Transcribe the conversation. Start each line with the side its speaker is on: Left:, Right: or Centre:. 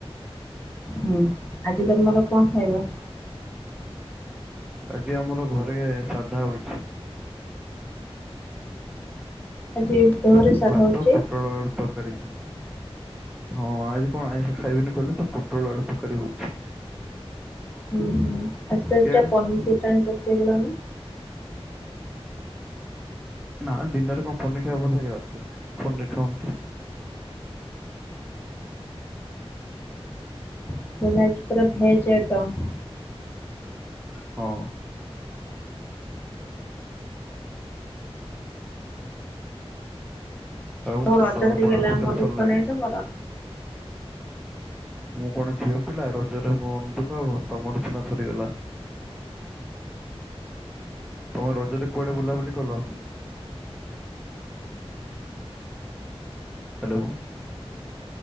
Left: ହୁଁ ଆଜି ତମର କଣ ଖାଇବା?
Centre: ଆଜି ଆମର ଘରେ ସାଧା ହଉଛି।
Left: ଆଜି ଏଇ ବୁଧବାରେ ସାଦା
Centre: ଭାତ
Left: ହଉଛି।
Centre: ପୋଟଳ ଆଳୁ ତରକାରୀ ହଁ ଆଜି କଣ୍ ଆଇଁଷ ଖାଇବିନି କହିଲେ ତ ପୋଟଳ ଆଳୁ ତ କରିବୁଛି
Left: ହୁଁ ହୁଁ ଆ ସେ
Centre: କେଜାଣି।
Left: ଟା ପନି ସେଟା ଆଣି ପକେଇ ଦେଲନି।
Centre: ନା ଦିନରେ କଣ ପନିଟା ଭଲ ଲାଗିବ ପନରଟ ହନ୍ତି।
Left: ମୁଁ କହିଲି ଆଜି ପୁରା ଭେଜ୍‌ ଆଇଟମ୍।
Centre: ହଁ। ଆଉ
Left: ତୋ ରଜ
Centre: ତମର
Left: ସରିଗଲା
Centre: ପଢାପଢି ତାହେଲେ
Left: ମନ ଦୁଃଖ
Centre: ସରିଲାଣି?
Left: ନାହିଁ ତମର।
Centre: ମୁଁ କଣ ଝିଅ ପିଲା ରଜରେ ମ ଦୁଃଖ ତମର ସିନା ସରିଗଲା। ତମ ରଜରେ କୁଆଡେ ବୁଲା ବୁଲିକଲ। ହ୍ୟାଲୋ।